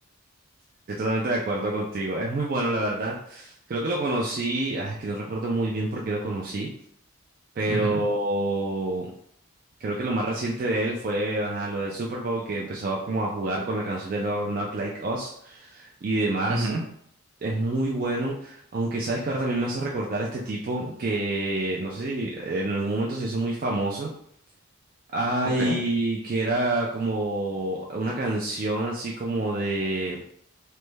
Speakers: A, on the right; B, on the right.
A: Estoy totalmente de acuerdo contigo. Es muy bueno, la verdad. Creo que lo conocí, ah, es que no recuerdo muy bien por qué lo conocí, pero...
B: Ujú,
A: Creo que lo más reciente de él fue ajá, lo del Super Bowl, que empezó a como a jugar con la canción de Love Not Like Us y demás.
B: ujú.
A: Es muy bueno, aunque sabes que ahora también me hace recordar a este tipo que no sé si en algún momento se hizo muy famoso. Ay,
B: Ok.
A: que era como una canción así como de,